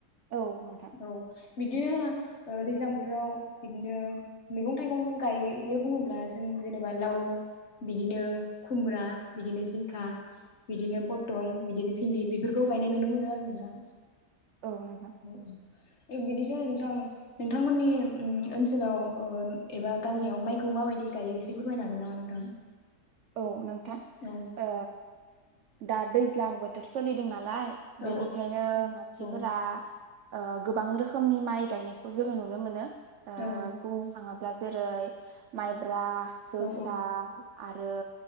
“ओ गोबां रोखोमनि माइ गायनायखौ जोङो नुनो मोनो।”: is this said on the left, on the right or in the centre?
Right